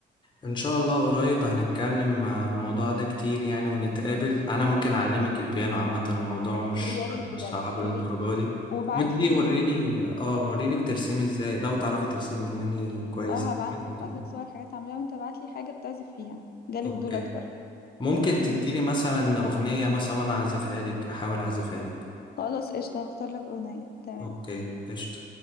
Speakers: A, on the left; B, on the left.
A: ان شاء الله قريب هنتكلم آه، في الموضوع ده كتير يعني ونتقابل انا ممكن اعلمك البيانو عامة الموضوع مش
B: يا ريت
A: مش
B: بجد
A: صعب للدرجة
B: يا ريت
A: دي
B: وبعت
A: وانتي
B: لي
A: وريني اه وريني بترسمي ازاي لو تعرفي ترسمي يعني كويس
B: اه هبعت
A: زي ما انت
B: لك
A: بتقولي
B: ابعت لك صور حاجات عاملاها وانت ابعت لي حاجه بتعزف فيها جالي
A: اوكي
B: فضول اتفرج
A: ممكن تديني
B: ماشي.
A: مثلا اغنية مثلا وانا اعزفها لك احاول اعزفها لك
B: خلاص قشطه هختار لك اغنيه تمام
A: اوكي قشطة